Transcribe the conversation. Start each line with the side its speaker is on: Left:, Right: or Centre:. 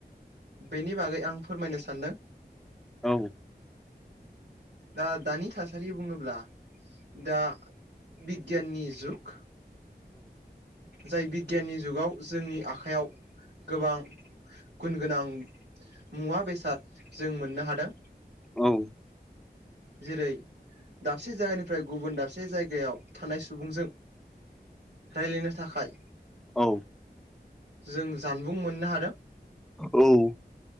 Right: बेनि बागै आं फोरमायनो सानदों।
Centre: औ।
Right: दा दानि थासारि बुङोब्ला दा बिगियाननि जुग। जाय बिगियाननि जुगाव जोंनि आखाइयाव गोबां गुन गोनां मुवा बेसाद जों मोननो हादों।
Centre: औ
Right: जेरै दाबसे जायगानिफ्राय गुबुन दाबसे जायगायाव थानाय सुबुंजों रायलायनो थाखाय
Centre: औ
Right: जों जानबुं मोननो हादों।
Centre: औ